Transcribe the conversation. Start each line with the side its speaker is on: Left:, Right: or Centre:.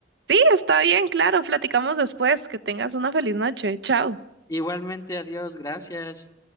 Right: Sí, está bien, claro, platicamos después. Que tengas una feliz noche. Chao.
Left: Igualmente, adiós, gracias.